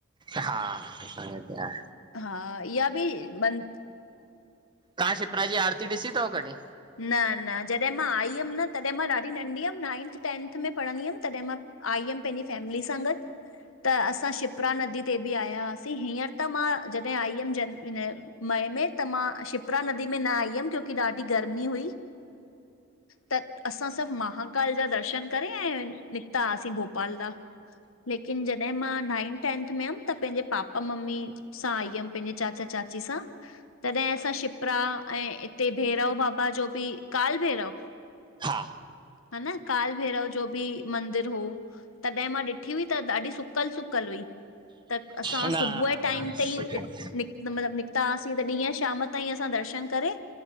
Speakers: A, on the right; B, on the left.
A: हा तव्हां
B: हा, इहा बि मं
A: तां शिप्रा जी आरती ॾिसी थव कॾीं?
B: न, न। जॾहिं मां आई हुयमि न तॾहिं मां ॾाढी नंढी हुअमि, नाइंथ टेंथ में पढ़ंदी हुअमि तॾहिं मां आई यमि पंहिंजी फैमिली सां गॾु त असां शिपरा नदी ते बि आया हासीं। हींअर त मां जॾहिं आई हुअमि जन मए में त मां शिपरा नदी में न आई हुयमि, क्योकी ॾाढी गरमी हुई, त असां सब माहाकाल जा दर्शन करे आया, निकता हुआसीं भोपाल ला। लेकिन जॾहिं मां नाइंथ टेंथ में हमि, त पंहिंजे पापा ममी सां आई यमि पंहिंजे चाचा चाची सां तॾहिं असां शिपरा ऐं हिते भैरव बाबा जो बि, काल भैरव
A: हा।
B: हा न। काल भैरव जो बि मंदिर हो, तॾहिं मां ॾिठी हुई त ॾाढी सु सुकल सुकल हुई, त असां
A: न
B: सुबुये टाइम ते ई निक मतलबु निकिता हासीं, तॾीं हीअं शाम ताईं असां दर्शन करे